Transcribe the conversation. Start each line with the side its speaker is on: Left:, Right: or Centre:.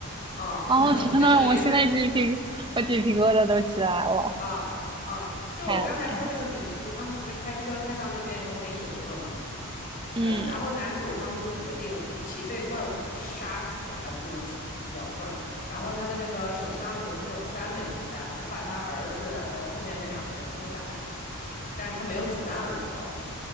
Left: 啊，
Right: 哦，
Left: <laughs>
Right: 天呐，
Left: 就等于是
Right: 我现在鸡皮，我鸡皮疙瘩都起来了，
Left: 啊啊，就我刚才说那个迷雾，
Right: 太厉害了。
Left: 他们不是开车开到那边以后没油了吗？
Right: 嗯，
Left: 呃，然后男主他们就决定，与其被怪物杀死，还不如自己了断。然后他的那个手枪里头只有三枚子弹了，他把他儿子还有后面那两个人都打死了，但是他没有子弹了，你知道吗？